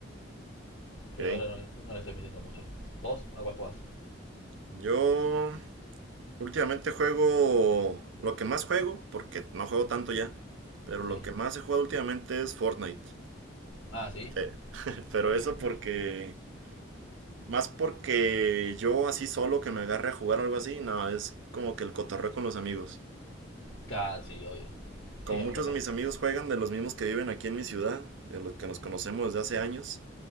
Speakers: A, on the right (about 70°); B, on the left (about 70°).
A: Ok.
B: Pero ahora no, no le estoy metiendo mucho. ¿Vos? ¿A cuál jugás?
A: Yo últimamente juego lo que más juego, porque no juego tanto ya, pero lo
B: Sí.
A: que más he jugado últimamente es Fortnite.
B: Ah, sí.
A: Eh, <laughs> Pero
B: Yo nu-
A: eso
B: nunca.
A: porque, más porque yo así solo que me agarre a jugar algo así, no, es como que el cotorreo con los amigos.
B: Claro, sí, obvio.
A: Como
B: Sí, a
A: muchos
B: mí me pasó
A: de
B: lo
A: mis
B: mismo.
A: amigos juegan de los mismos que viven aquí en mi ciudad, de los que nos conocemos desde hace años,